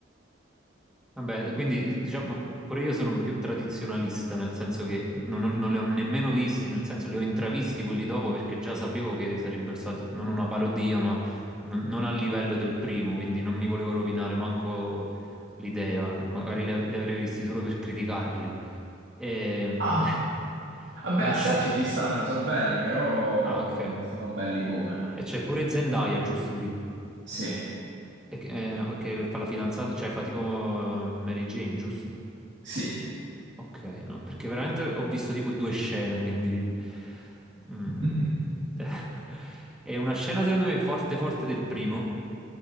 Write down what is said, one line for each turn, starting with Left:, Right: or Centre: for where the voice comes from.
Centre: Vabbè, quindi diciamo pure io sono un più tradizionalista, nel senso che non, ho- non li ho nemmeno visti, nel senso li ho intravisti quelli dopo perché già sapevo che sarebbero stati non una parodia, ma non, non a livello del primo, quindi non mi volevo rovinare manco l'idea, magari li, av- li avrei visti solo per criticarli. E...
Right: Ah,
Centre: <laughs>
Right: vabbè,
Centre: Una
Right: a starci
Centre: sce-
Right: ci stanno, sono belli, però
Centre: Ah, ok.
Right: non sono belli come.
Centre: E c'è pure Zendaya, giusto lì,
Right: Sì,
Centre: e, che eh, che fa la fidanzata, cioè fa tipo eh, Mary Jane, giusto?
Right: sì.
Centre: Ok, no, perché veramente ho visto tipo due scene, quindi... mm.
Right: <laughs>
Centre: <laughs> È una scena secondo me forte forte del primo,